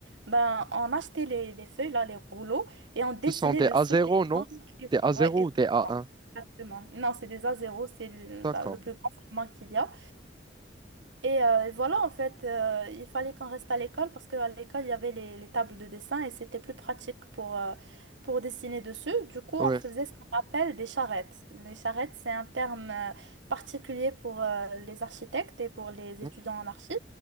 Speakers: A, on the right; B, on the right.
A: ben, on achetait les, les feuilles, là, les rouleaux, et on dessinait
B: Ce sont des
A: dessus
B: A0,
A: les
B: non?
A: plans. et-
B: Des A0
A: Ouais, et-
B: ou des A1?
A: exactement. Non, c'est des A0, c'est le,
B: D'accord.
A: la- le plus grand format qu'il y a. Et euh, voilà, en fait, euh, il fallait qu'on reste à l'école parce qu'à l'école, il y avait les, les tables de dessin et c'était plus pratique pour, euh, pour dessiner dessus. Du coup, on
B: Ouais.
A: faisait ce qu'on appelle des charrettes. Les charrettes, c'est un terme euh, particulier pour euh, les architectes et pour les
B: Mhm.
A: étudiants en archi.